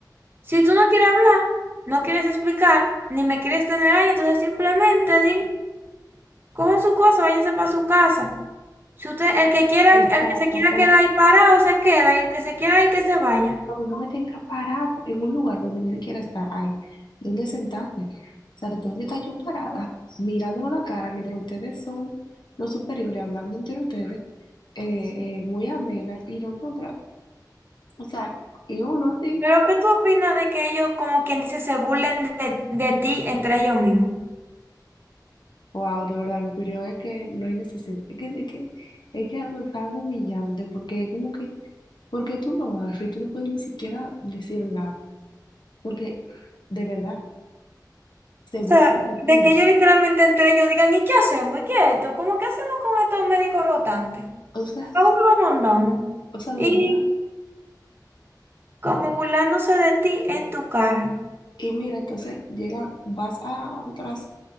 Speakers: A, on the right; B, on the left.
A: si tú no quieres hablar, no quieres explicar, ni me quieres tener ahí, entonces simplemente di, cojan su cosa, váyanse para su casa. Si usted, el que quiera,
B: Exacto,
A: el que se quiera quedar ahí parado, se queda, y el que se quiera ir, que se vaya.
B: favor, no me tenga parado en un lugar donde ni siquiera está ahí, donde sentarte. O sea, que tengo que estar yo parada, mirándonos la cara mientras ustedes son los superiores, hablando entre ustedes, eh, eh, muy amena, y nosotras, o sea, y uno así,
A: Pero ¿qué tú opinas de que ellos, como quien dice, se burlen de, de ti entre ellos mismos?
B: wow, de verdad, mi opinión es que no hay necesidad, es que, es que, es que algo tan humillante, porque es como que, ¿por qué tú lo haces? Y tú no puedes ni siquiera decir nada, porque de verdad, se
A: O
B: burlan
A: sea,
B: de ti.
A: de que ellos literalmente entre ellos digan, ¿y qué hacemos? ¿Y qué es esto? ¿Cómo qué hacemos con estos médicos rotantes?
B: O sea,
A: ¿A dónde los mandamos?
B: o sea, de
A: Y
B: verdad.
A: como burlándose de ti en tu cara.
B: Y mira, entonces llega, vas a otras,